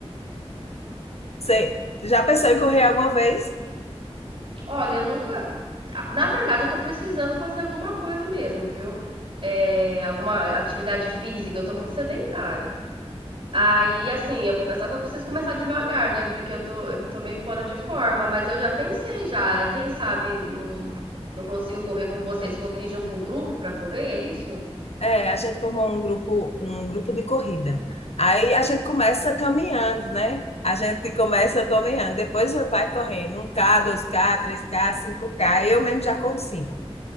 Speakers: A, on the left (about 70°); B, on the right (about 55°).
A: Você já pensou em correr alguma vez?
B: Olha, eu nunca. Na verdade, eu tô precisando fazer alguma coisa mesmo, viu? É, alguma atividade física, eu tô muito sedentária. Aí, assim, eu- mas só que eu preciso começar devagar, né? Porque eu tô, eu tô meio fora de forma, mas eu já pensei já. Quem sabe não, não consigo correr com vocês. Você falou que junta um grupo pra correr, é isso?
A: É, a gente formou um grupo, um grupo de corrida. Aí a gente começa caminhando, né? A gente começa caminhando, depois vai correndo um k dois k três k 5 k Eu mesmo já corro cinco,